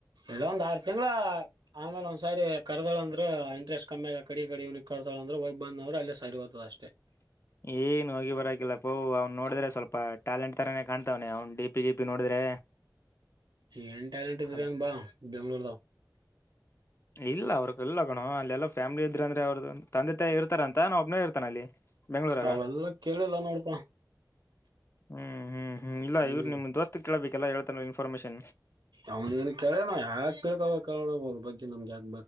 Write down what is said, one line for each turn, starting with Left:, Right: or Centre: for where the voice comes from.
Right: ಇಲ್ಲ ಒಂದು ಆರುತಿಂಗಳು ಆಮೇಲೆ ಸಾರಿ ಕರ್ದಳ ಅಂದ್ರೆ ಇಂಟೆಸ್ಟ್ ಕಮ್ಮಿ ಹಾಗಿ ಆ ಕಡಿ ಈ ಕಡೆ ಕರ್ದಳಂದ್ರೆ ಹೋಗಿ ಬಂದ್ರ ಅಲ್ಲೇ ಸಾರಿ ಓ್ತದತ ಅಷ್ಟೇ
Left: ಏನ್ ಹೋಗಿಬರಕಿಲ್ಲಪ್ಪೋ ಅವ ನೋಡಿದ್ರೆ ಸ್ವಲ್ಪ ಟ್ಯಾಲೆಂಟ್ ತರಾನೇ ಕಾಣ್ತವನೆ ಅವ್ನ್ ಡಿಪಿ ಡಿ ಪಿ ನೋಡಿದ್ರೆ
Right: ಏನ್ ಟಾಲೆಂಟ್ ಇದ್ರರಿ
Left: ಅಲ್-
Right: ಅನ್ ಬಾ ಬೆಂಗಳೂರುದವು
Left: ಇಲ್ಲ ಅವ್ರಗ ಇಲ್ಲ ಕಣೋ ಅಲ್ಲೆಲ್ಲ ಫ್ಯಾಮಿಲಿ ಇದ್ರ ಅಂದ್ರೆ ಅವ್ರ್ದ ತಂದೆ ತಾಯಿ ಇರ್ತಾರಂತ ಒಬ್ಬನೇ ಇರ್ತಾನ ಅಲ್ಲಿ ಬೆಂಗಳೂರಾಗ
Right: ಅವೆಲ್ಲ ಕೇಳಿಲ್ಲ ನೋಡುಪ್ಪ
Left: ಹ್ಮ್ ಹ್ಮ್ ಇಲ್ಲ
Right: ಹ್ಮ್
Left: ಇವ್ರು ನಿಮ್ ದೋಸ್ತ್ ಕೇಳಬೇಕೆಲ್ಲ ಹೇಳ್ತಾನ ಇನ್ಫಾರ್ಮೇಶನ್
Right: ಅವನನು ಕೇಳ ಯಾಕ ಕಳ್ತ ಕೋ ಅವ್ರ ಬಗ್ಗೆ ನಮ್ಗ ಯಾಕ